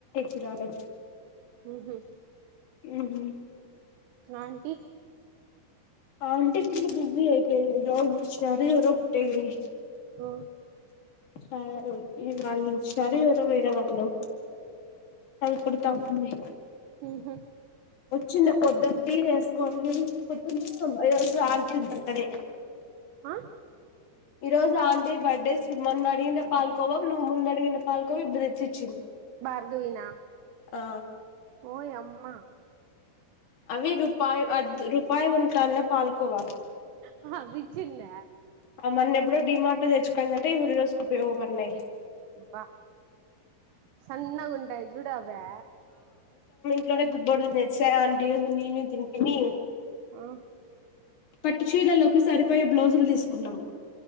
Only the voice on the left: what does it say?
పిరాలె
ఉహ్మ్
ఆంటి ఫుల్ బిసీ అయిపొయింది బ్లౌజ్ ఇచ్చినారు ఎవరో కుట్టి
సారి ఇది వాళ్ళు ఇచ్చారు ఎవరో వేరే వల్లో అవి కుడుతా ఉంది
వచ్చిండ పొద్దన్ టి చెసుకోని పొద్దున ఇచ్చినం ఈ రోజు ఆంటీ బర్త్ డే
ఈరోజు ఆన్ టిది బర్డే మొన్న అడిగిందే పాల్కోవా నువ్ ముందడిగిన పాల్కోవ ఇప్పుడు తెచ్చి
ఆ
అవి రూపాయి అద్ రూపాయి ఉంటానే పాల్కోవా
ఆ మొన్నేప్పుడో డిమార్ట్ లో తెచ్చుకొందంట ఈ రోజుకు ఉపయోగపడినయి
ఇంట్లో నే దుద్బడుగు తెచ్చా అండి <unintelligible> తిన్ తినీ
పట్టు చీర్లలోకి సరిపోయే బ్లౌజులు తీసుకున్నం